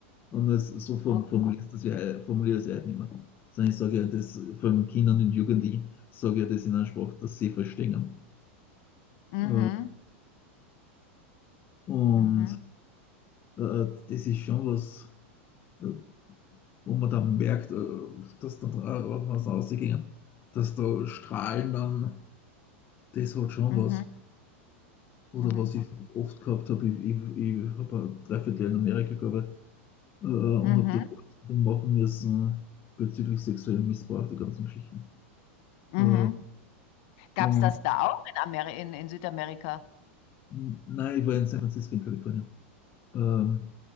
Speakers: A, on the left (about 30°); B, on the left (about 55°).
A: Und das, so form-
B: Okay.
A: formulierst du es ja, formuliere ich es ja heute nicht mehr. Sondern ich sage ja das von Kindern und Jugendlichen, sage ja das in einer Sprache, dass sie verstehen.
B: Mhm.
A: Äh, Und
B: Mhm.
A: äh, das ist schon was, äh, wo man dann merkt, äh, dass dann auf was rausgehen, dass da Strahlen dann, das hat schon
B: Mhm.
A: was. Oder
B: Mhm.
A: was ich oft gehabt habe, ich, ich, ich habe ein Dreiviertel Jahr in Amerika gearbeitet äh, und
B: Mhm.
A: habe
B: mhm.
A: dort die Ausbildung machen müssen bezüglich sexuellen Missbrauch, die ganzen Geschichten.
B: Mhm.
A: Äh,
B: Gab's
A: und
B: das da auch in Ameri in, in Südamerika?
A: nein, ich war in San Francisco in Kalifornien. Ähm,